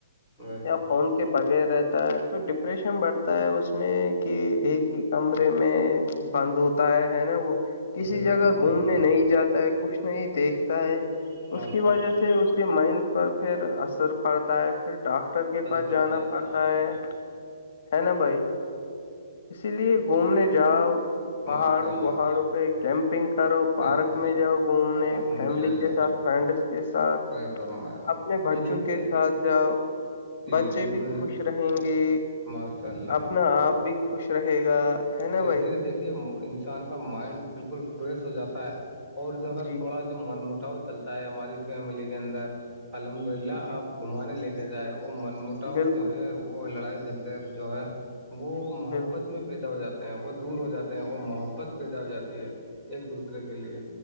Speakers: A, in the centre; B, on the left (about 55°).
A: نے
B: یا فون کی کے بغیر رہتا ہے تو ڈپریشن بڑھتا ہے اس میں کہ ایک ہی کمرے میں بند ہوتا ہے ہے نا وہ کسی
A: بے
B: جگہ
A: شک بے
B: گھومنے
A: شک بے
B: نہیں جاتا ہے کچھ نہیں دیکھتا ہے
A: شک ماشاء
B: اس کی وجہ
A: اللہ
B: سے اس کے مائنڈ پر پھر اثر پڑتا ہے پھر ڈاکٹر کے
A: صحیح
B: پاس
A: فرمایا
B: جانا پڑتا
A: جناب آپ
B: ہے
A: نے
B: ہے نا بھائی اسی لیے گھومنے جاؤ پہاڑوں
A: ماشاء اللہ
B: وہہاڑوں پ کیمپنگ کرو
A: بے
B: پارک
A: شک
B: میں جاؤ گھومنے
A: الحمد
B: فیملی
A: للہ
B: کے ساتھ فرینڈس کے ساتھ
A: صحیح فرمایا
B: اپنے بچوں
A: جی دیکھیے
B: کے ساتھ جاؤ
A: جی
B: بچے
A: بالکل
B: بھی خوش رہیں گے
A: ماشاء اللہ
B: اپنا آپ بھی خوش رہے گا ہے نا
A: وے
B: بھائی
A: دیکھیے انسان کا مائنڈ بالکل فریش ہو جاتا ہے اور جو اگر
B: جی
A: تھوڑا جو من مٹاؤ چلتا ہے ہماری فیملی کے اندر الحمد للہ
B: جی
A: آپ گھمانے لے کے جائے وہ منمٹاؤ
B: بالکل
A: جو ہے وہ لڑائی جھگڑے جو ہے وہ محبت
B: بالکل
A: میں پیدا ہو جاتا وہ دور ہو جاتے ہیں وہ محبت پیدا ہو جاتی ہے ایک دوسرے کے لیے